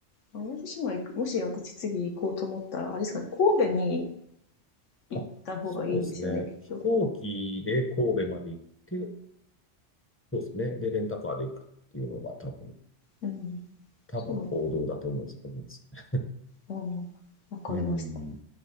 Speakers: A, on the left; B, on the left.
A: 淡路島行く、もし私次行こうと思ったら、あれですかね、神戸に行った方がいいんですよね、
B: あ、そうですね。
A: きっと。
B: 飛行機で神戸まで行って、そうですね。で、レンタカーで行くっていうのが多分、
A: うん。
B: 多分王道だと思うんですよね。
A: そう、うん、
B: <laughs>
A: わかりました。
B: うーん、